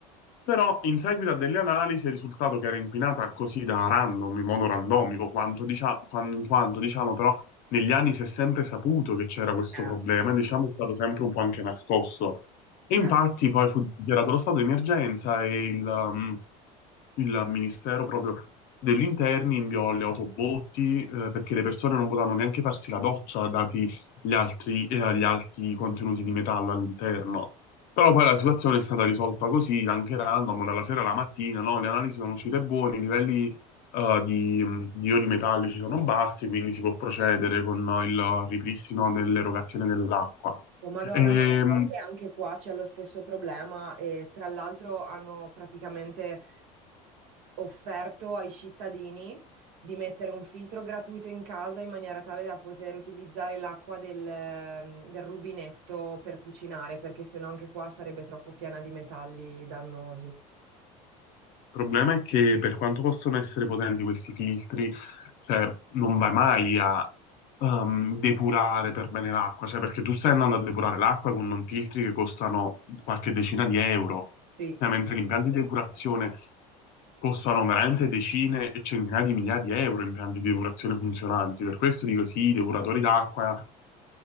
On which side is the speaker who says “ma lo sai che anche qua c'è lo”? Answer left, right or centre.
Right